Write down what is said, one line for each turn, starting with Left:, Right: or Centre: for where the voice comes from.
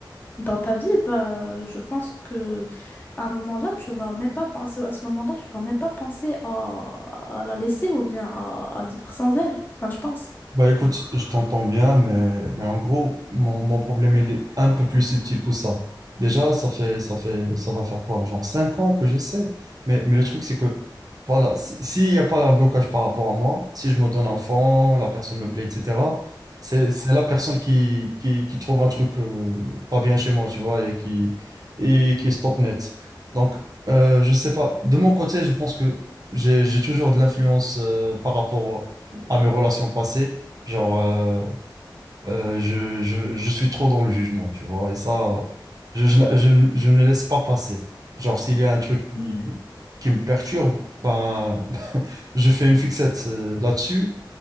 Left: dans ta vie, bah, je pense que à un moment-là, tu vas même pas penser, à ce moment-là, tu vas même pas penser à, à la laisser ou bien à, à vivre sans elle. Enfin, je pense.
Right: Bah écoute, je t'entends bien, mais, mais en gros, mon, mon problème, il est un peu plus subtil que ça. Déjà, ça fait, ça fait, ça va faire quoi? Genre 5 ans que j'essaie. Mais, mais le truc, c'est que, voilà, si- s'il n'y a pas un blocage par rapport à moi, si je me donne un fond, la personne me plaît, etc., c'est, c'est la personne qui, qui, qui trouve un truc euh, pas bien chez moi, tu vois, et qui, et qui stop net. Donc, euh, je sais pas. De mon côté, je pense que j'ai, j'ai toujours de l'influence euh, par rapport à mes relations passées. Genre, euh, euh, je, je, je suis trop dans le jugement, tu vois, et ça, je, je, je, je ne laisse pas passer. Genre, s'il y a un truc qui,
Left: Mm.
Right: qui me perturbe, ben, <laughs> je fais une fixette euh, là-dessus,